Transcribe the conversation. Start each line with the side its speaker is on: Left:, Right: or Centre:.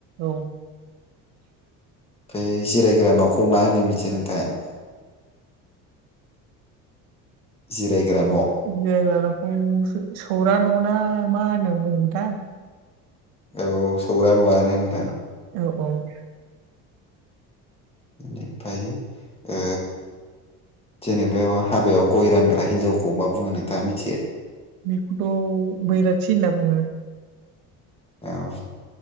Right: औ
Left: ओमफ्राय जिरायग्रा न'खौ मा होनो मिथियो नोंथाङा? जिरायग्रा न' औ
Right: जिरायग्राखौ सौरा न'ना मा होनना बुङोमोनथाय
Left: औ सौरा नुवानो नोंथां।
Right: औ औ
Left: बेनिफ्राय ओ जेनेबा हाबायाव गय रानग्रा हिनजावखौ मा बुङो नोंथाङा मि
Right: बेखौथ' बैराथि होनना बुङो।
Left: औ